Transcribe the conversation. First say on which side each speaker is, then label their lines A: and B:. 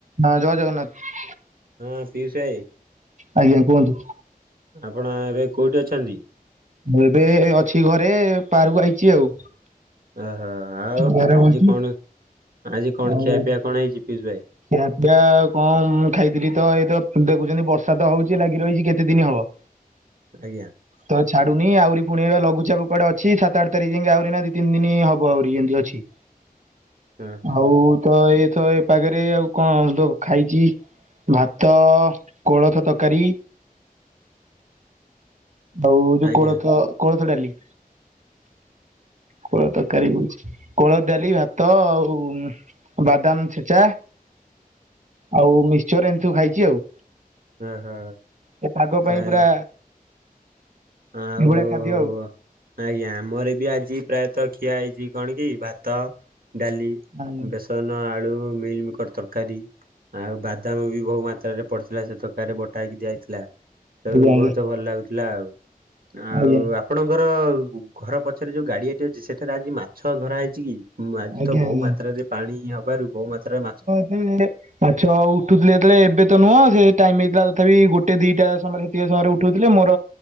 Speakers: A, on the right; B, on the right.
A: ହଁ, ଜୟ ଜଗନ୍ନାଥ।
B: ହଁ ପିୟୁଷ ଭାଇ,
A: ଆଜ୍ଞା କୁହନ୍ତୁ।
B: ଆପଣ ଏବେ କୋଉଠି ଅଛନ୍ତି?
A: ମୁଁ ଏବେ ଅଛି ଘରେ ପାରକୁ ଆଇଚି ଆଉ।
B: ଓହୋ, ଆଉ
A: ଘରେ ବଇଚି
B: ଆଜି କଣ ଆଜି କଣ
A: ଆଉ
B: ଖିଆପିଆ କଣ ହେଇଚି ପିୟୁଷ ଭାଇ?
A: ଖିଆ ପିଆ କଣ ମୁଁ ଖାଇଥିଲି ତ ଏଇତ ଦେଖୁଚନ୍ତି ବର୍ଷା ତ ହଉଚି ଲାଗି ରହିଚି କେତେ ଦିନି ହବ।
B: ଆଜ୍ଞା।
A: ତ ଛାଡୁନି ଆହୁରି ପୁଣି ଏ ଲଘୁଚାପ କୁଆଡେ ଅଛି। ସାତ ଆଠ ତାରିଖ ଯାଙ୍କେ ଆହୁରି ଏଇନା ଦି ତିି ଦିନି ହବ ଆହୁରି ଏମିତି ଅଛି।
B: ହଁ ହଁ
A: ଆଉ ତ ଏଇତ ଏଇ ପାଗରେ ଆଉ କଣ ତ ଖାଇଚି। ଭାତ, କୋଳଥ ତରକାରୀ। ଆଉ ଯୋଉ
B: ଆଜ୍ଞା
A: କୋଳଥ କୋଳଥ ଡାଲି। କୋଳ ତରକାରୀ କହୁଚି, କୋଳଥ ଡାଲି, ଭାତ ଆଉ ବାଦାମ ଛେ। ଚା ଆଉ ମିକ୍ସଚର ଏମିତି ସବୁ ଖାଇଚି ଆଉ।
B: ଓହୋ
A: ଏ ପାଗ
B: ତାହେଲେ
A: ପାଇଁ ପୁରା।
B: ଆଉ।
A: ଏଭଳିଆ ଖାଦ୍ୟ
B: ଆଜ୍ଞା, ଆମର ବି ଆଜି ପ୍ରାୟତଃ ଖିଆ ହେଇଚି କଣ କି ଭାତ, ଡାଲି।
A: ଆଜ୍ଞା
B: ବେସନ ଆଳୁ ମିଲିମିକର ତରକାରୀ ଆଉ ବାଦାମ ବି ବହୁ ମାତ୍ର। ରେ ପଡିଥିଲା ସେ ତରକାରୀ ରେ ବଟାହେଇକି ଦିଆଯାଇଥିଲା,
A: ଆଜ୍ଞା
B: ସେ
A: ଆଜ୍ଞା ଆଜ୍ଞା
B: ବହୁତ ଭଲ ଲାଗୁଥିଲା ଆଉ।
A: ଆଜ୍ଞା
B: ଆଉ ଆପଣଙ୍କର ଘର ପଛରେ ଯୋଉ ଗାଡିଆଟି ଅଛି ସେଠାରେ ଆଜି ମାଛ ଧରା ହେଇଚି କି? ଆଜି
A: ଆଜ୍ଞା
B: ତ ବହୁ
A: ଆଜ୍ଞା
B: ମାତ୍ରାରେ ପାଣି ହବାରୁ ବହୁ ମାତ୍ରାରେ ମାଛ।
A: ହୁଁ, ମାଛ ଉଠୁଥିଲେ ଯେତବଳେ ଏବେ ତ ନୁହଁ ସେ ଟାଇମ ହେଇଥିଲା ତଥାପି ଗୋଟେ ଦିଟା ସମୟରେ। ଦି ସମୟରେ ଉଠଉଥିଲେ ମୋର